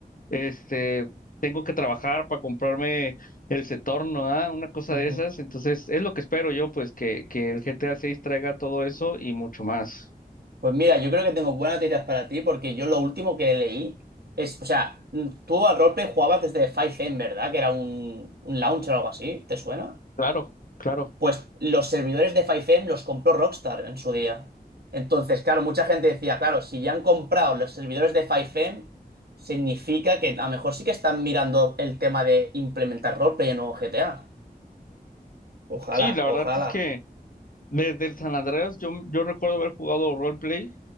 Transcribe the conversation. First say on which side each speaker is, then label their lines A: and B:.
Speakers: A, on the left; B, on the right.
A: este, tengo que trabajar para comprarme el Setorno, ¿ah? Una cosa
B: Ujú.
A: de esas. Entonces, es lo que espero yo, pues, que, que el GTA 6 traiga todo eso y mucho más.
B: Pues mira, yo creo que tengo buenas noticias para ti porque yo lo último que leí es, o sea, mm, tú al roleplay jugabas desde 5M, ¿verdad? Que era un, un launcher o algo así, ¿te suena?
A: Claro, claro.
B: Pues los servidores de 5M los compró Rockstar en su día. Entonces, claro, mucha gente decía, claro, si ya han comprado los servidores de 5M, significa que a lo mejor sí que están mirando el tema de implementar roleplay en nuevo GTA. Ojalá,
A: Sí, la verdad
B: ojalá.
A: es que desde el San Andreas yo, yo recuerdo haber jugado roleplay.